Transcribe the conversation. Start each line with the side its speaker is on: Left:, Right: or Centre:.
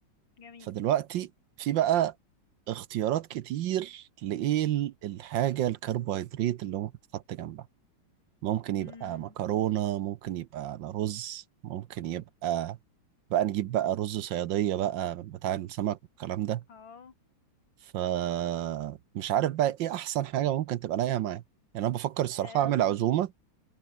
Left: جميل
Right: فدلوقتي في بقى اختيارات كتير لإيه ال- الحاجة الكربوهيدرات اللي ممكن تتحط جنبها ممكن يبقى
Left: امم
Right: مكرونة ممكن يبقى على رز ممكن يبقى بقى نجيب بقى رز صيادية بقى بتاع السمك والكلام ده
Left: اه
Right: فمش عارف بقى ايه احسن حاجة ممكن تبقى لايقة معايا يعني انا بفكر الصراحة
Left: أم.
Right: اعمل عزومة